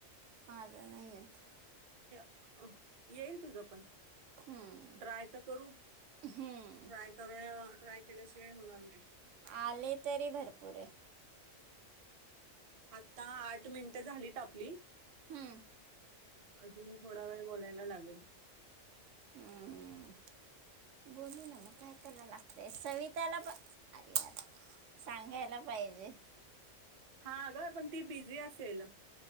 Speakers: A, on the right (about 70°); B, on the right (about 45°).
A: माझं नाही येत
B: अ येईल तुझ पण
A: हम्म
B: ट्राय तर करू
A: हम्म
B: ट्राय कर ट्राय केल्याशिवाय होणार नाही
A: आले तरी भरपूर आहे
B: आता आठ मिनिटं झालीत आपली
A: हम अन ऎंटिलेजेबल
B: अजुन थोडा वेळ बोलायला लागेल
A: हम्म बोलु ना मग काय करायला लागतय सविताला पण सांगायला पाहिजे
B: हा ग पण ती बिझी असेल